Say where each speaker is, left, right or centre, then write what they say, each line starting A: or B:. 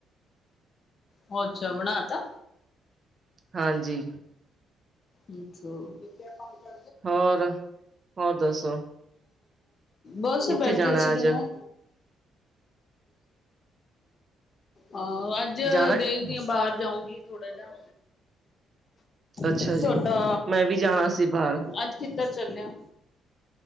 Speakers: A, on the left; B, on the right.
A: ਓ ਅੱਛਾ ਬਣਾਤਾ?
B: ਹਾਂਜੀ।
A: ਹਾਂ
B: ਹੋਰ ਹੋਰ ਦੱਸੋ
A: ਬਸ
B: ਕਿੱਥੇ
A: ਬੈਠੇ
B: ਜਾਣਾ
A: ਸੀਗੇ
B: ਅੱਜ
A: ਮੈਂ। ਹਾਂ ਅੱਜ ਜ
B: ਜਾਣਾ
A: ਦੇਖਦੀ
B: ਕਿੱਥੇ?
A: ਆ ਬਾਹਰ ਜਾਊਂਗੀ ਥੋੜਾ ਜਾ।
B: ਅੱਛਾ
A: ਤੁਹਾਡਾ
B: ਜੀ, ਮੈਂ ਵੀ ਜਾਣਾ ਸੀ ਬਾਹਰ।
A: ਅੱਜ ਕਿੱਧਰ ਚੱਲੇ ਓ?